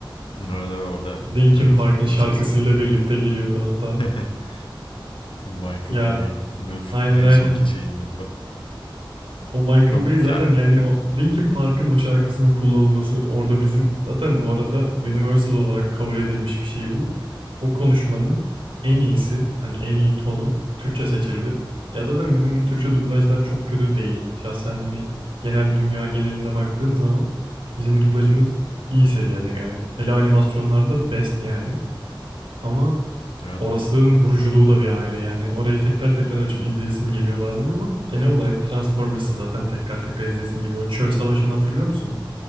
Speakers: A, on the left; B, on the right.
A: Öyle orada
B: Linkin
A: evet
B: Park'ın şarkısıyla
A: onu seslendirmeni.
B: birlikte giriyordu hatta.
A: <laughs> Michael
B: Ya
A: Bay ve
B: aynen
A: en
B: aynen.
A: sonki şeyinde
B: O Michael
A: çok
B: Bay zaten
A: yani
B: yani o Linkin Park'ın o şarkısının kullanılması orada bizim zaten bu arada universal olarak kabul edilmiş bir şey bu. O konuşmanın en iyisi hani en iyi tonu Türkçe seçildi. Ya zaten bizim Türkçe dublajlar çok kötü değil. Şahsen hani genel dünya genelinde baktığın zaman bizim dublajımız iyi seviyede gayet. Hele animasyonlarda best yani. Ama
A: Evet,
B: Orasının vuruculuğu da bir ayrı yani. Orayı tekrar tekrar açıp izleyesim geliyor bazen ama genel olarak Transformers'ı zaten tekrar tekrar izleyesim geliyor. O çöl savaşını hatırlıyor musun?